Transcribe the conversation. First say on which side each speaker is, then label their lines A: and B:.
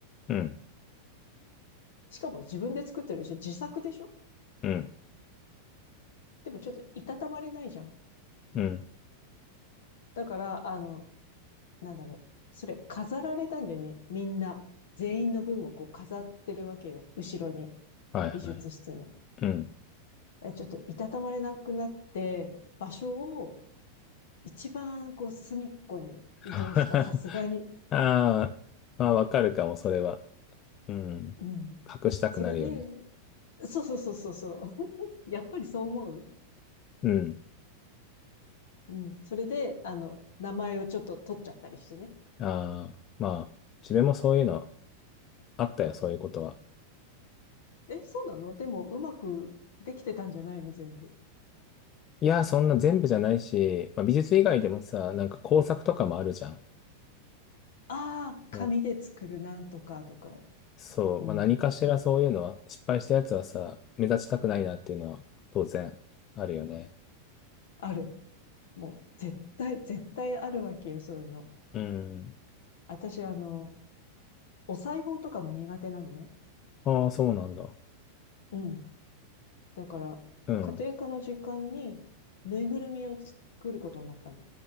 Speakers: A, on the left; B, on the left.
A: うん、
B: しかも自分で作ってるでしょ自作でしょ
A: うん、
B: でもちょっといたたまれないじゃん。
A: うん。
B: だから、あの、なんだろう。それ飾られたんだよね。みんな。全員の分をこう飾ってるわけよ。後ろに。
A: はい、はい。
B: 美術室の。
A: うん。
B: えちょっといたたまれなくなって、場所を一番こう隅っこに移動した、
A: <laughs>
B: さすがに。
A: ああ、まあ、わかるかも、それは。うん。
B: うん。
A: 隠したくなるよね。
B: それで、そうそうそうそうそう。<laughs> やっぱりそう思う
A: うん。
B: うん。それで、あの、名前をちょっと取っちゃったりしてね。
A: ああ、まあ、自分もそういうのあったよ、そういうことは。
B: え、そうなのでも、うまくできてたんじゃないの全部。
A: いや、そんな全部じゃないし、まあ、美術以外でもさ、なんか工作とかもあるじゃん。
B: ああ、紙で作るなんとかとか。
A: うんそう、
B: うん。
A: まあ、何かしらそういうのは、失敗したやつはさ、目立ちたくないなっていうのは当然あるよね。
B: ある。もう、絶対、絶対あるわけよ、そういうの。
A: うん。
B: 私、あの、お裁縫とかも苦手なのね。
A: ああ、そうなんだ。
B: うん。だから、
A: うん。
B: 家庭科の時間に、ぬいぐるみを作ることになったの。